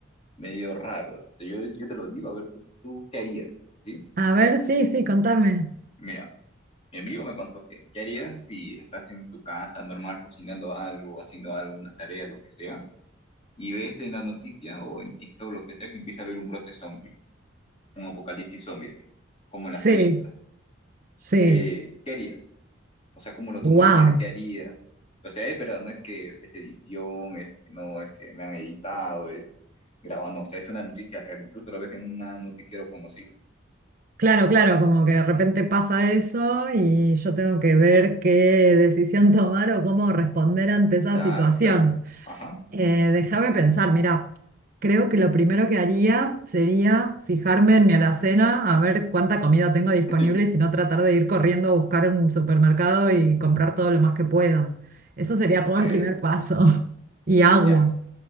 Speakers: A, on the left (about 30°); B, on the right (about 45°).
A: medio raro. Yo, yo te lo digo, a ver, ¿tú, tú qué harías? ¿Sí?
B: A ver, sí, sí, contame.
A: Mira, mi amigo me contó que, ¿qué harías si estás en tu casa normal cocinando algo, haciendo algo, una tarea, lo que sea, y ves en la noticia o en TikTok, lo que sea, que empieza a haber un brote zombie, un apocalipsis zombie, así, como en las
B: Sí,
A: películas?
B: sí.
A: eh, ¿qué harías? O sea, ¿cómo lo
B: Wow.
A: tomarías? ¿Qué harías? O sea, es verdad, no es que es edición, es que no, es que me han editado, es grabando, o sea, es una noticia real, incluso lo ves en un noticiero conocido.
B: Claro, claro, como que de repente pasa eso y yo tengo que ver qué decisión <laughs> tomar o cómo responder ante esa
A: Claro,
B: situación.
A: claro. Ajá.
B: Eh, déjame pensar, mira, creo que lo primero que haría sería fijarme en mi alacena, a ver cuánta comida tengo disponible
A: <laughs>
B: y si no tratar de ir corriendo a buscar en un supermercado y comprar todo lo más que pueda. Eso sería
A: Ok,
B: como el primer paso. <laughs> Y agua.
A: ya.